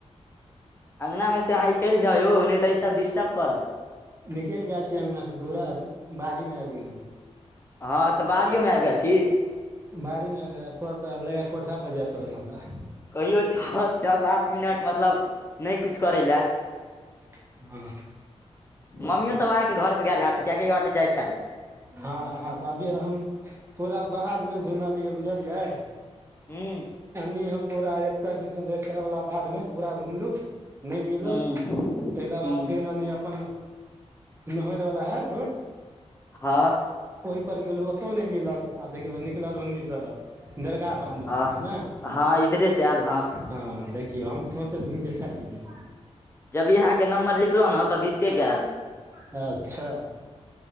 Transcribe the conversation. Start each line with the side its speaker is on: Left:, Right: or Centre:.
Left: अङ्गना मे से अहाँ इकाल्हि जाऊ यो नै तऽ ई सब डिस्टप करत
Right: निकलि गैल छी अगंना से दूरा, बाड़ी मे आबि गेलहुँ।
Left: हँ, तऽ बाड़ियोमे आबि गेल की।
Right: बाड़ी मे अगर कल परब लग कोठा पर जाय पड़त हमरा।
Left: कहियो छ- छ सात मिनट मतलब नहि कुछु करै लए।
Right: हँ
Left: मम्मियो सब अहाँके घर पर गैल हैत, कियाकि अय बाटे जाइ छल।
Right: हँ- हँ, तऽ अभी हम पूरा बादमे धुनलियै बुझलियै।
Left: हूँ
Right: यन्नी हम पूरा एकर दिसन एकर बला बाधमे पूरा घुमलहुँ। नहि मिलल
Left: हूँ
Right: ताहिकर
Left: हूँ
Right: बाद फेर एनि अपन नहरवला हइ रोड
Left: हँ।
Right: ओहि पर गेलु ओतो न मिलल आब देखिय निकल ओनी से दरगा बांहन दिसन
Left: हँ
Right: से ने,
Left: हँ इधरे से आयल
Right: हँ देखियौ हम सोचे रहनि कतऽ गेलय
Left: जबी अहाँके नम्बर लिखलहु ने तभीे ते गैल
Right: अच्छा